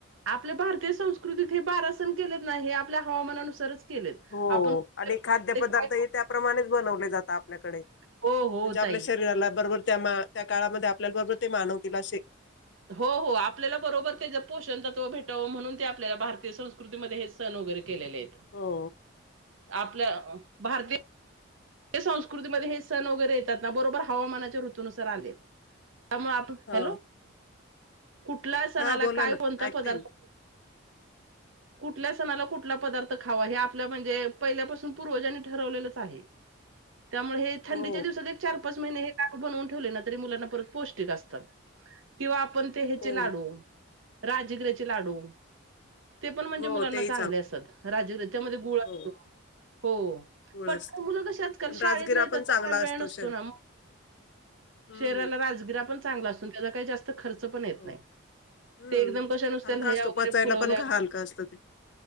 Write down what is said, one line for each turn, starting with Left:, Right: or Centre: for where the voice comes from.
Right: आपले भारतीय संस्कृ प्रकृतीत हे बारा सण केलेत ना, आपल्या हवामानानुसारच- केलेत.
Left: हो
Right: आपण
Left: आणि खाद्य
Right: ते काय
Left: पदार्थ त्याप्रमाणेच बनवले जात आपल्याकडे,
Right: हो, हो
Left: म्हणजे आपल्या
Right: ताई.
Left: शरीराला बरोबर- त्या त्या काळामध्ये आपल्याबरोबर ते मानवतील असे-
Right: हो, हो, आपल्याला बरोबर त्याच पोषण तत्व भेटावं म्हणून ते आपल्याला भारतीय संस्कृतीमध्ये हेच सण वगैरे केलेले आहेत.
Left: हो
Right: आपल्या भारतीय- ते संस्कृतीमध्ये हे सण वगैरे येतात ना बरोबर हवामानाच्या ऋतूनुसार आलेत. त्यामुळे आपण,
Left: हा
Right: हॅलो? कुठला सणाला
Left: हा बोला
Right: काय
Left: ना
Right: कोणता
Left: ऐकते
Right: पदार्थ
Left: ना
Right: कुठल्या सणाला कुठला पदार्थ खावा, हे आपल्या म्हणजे पहिल्यापासून पूर्वजांनी ठरवलेलंच आहे. त्यामुळे हे थंडीच्या
Left: हो
Right: दिवसात एक चार पाच आपण हे बनवून ठेवले ना मुलांना पौष्टिक असतंय- पण ते ह्याचे
Left: हो
Right: लाडू- राजगिरचे लाडू, ते पण म्हणजे
Left: हो
Right: मुलांना
Left: हो तेही
Right: चांगले असतात, राजगिराचे त्यामध्ये गुळ असतो
Left: हो
Right: हो
Left: गुळ
Right: पण-
Left: असतो
Right: मुलं कशी आज काल
Left: आणि
Right: शाळेत
Left: राजगिरा पण चांगला
Right: वेळ
Left: असतो
Right: नसतो
Left: शरीर
Right: ना व, मग
Left: हम्म
Right: शरीराला राजगिरा पण चांगला असून तुजा काही <unintelligible> जात खर्च पण येत
Left: हो
Right: नाही,
Left: हम्म.
Right: एकदम कश नुसत्या
Left: हलका
Right: लह्या
Left: असतो
Right: वगैरे
Left: पचायला
Right: फुलवल्या
Left: पण का हलका असतं ते.